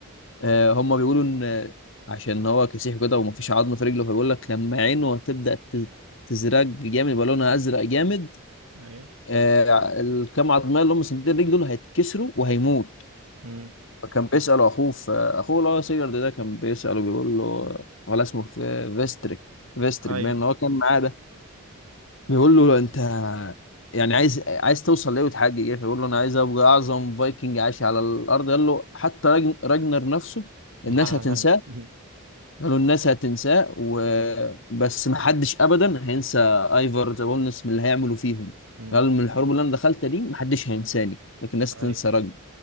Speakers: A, on the left; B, on the right.
A: آه هم بيقولوا ان عشان هو كسيح كده ومفيش عظم في رجله فبيقول لك لما عينه هتبدا ت- تزرق جامد يبقى لونها ازرق جامد
B: ايوه
A: آه الكام عظمه اللي هم سندين رجله دول هيتكسروا وهيموت
B: أمم،
A: فكان بيساله اخوه في اخوه اللي هو سيجارد ده كان بيساله بيقول له ولا اسمه في فيستريك فيستريك
B: اي
A: باين ان هو كان معاه بيقول له انت يعني عايز عايز توصل ليه وتحقق ايه فيقول له انا عايز ابقى اعظم فايكنج عاش على الارض قال له حتى راجن- راجنر نفسه
B: <laughs>
A: الناس هتنساه قالوا الناس هتنساه وبس ما حدش ابدا هينسى ايفر ذا بولنس من اللي هيعملوا فيهم
B: أمم،
A: قال من الحروب اللي انا دخلتها دي ما حدش هينساني لكن الناس
B: اي
A: تنسى راجنر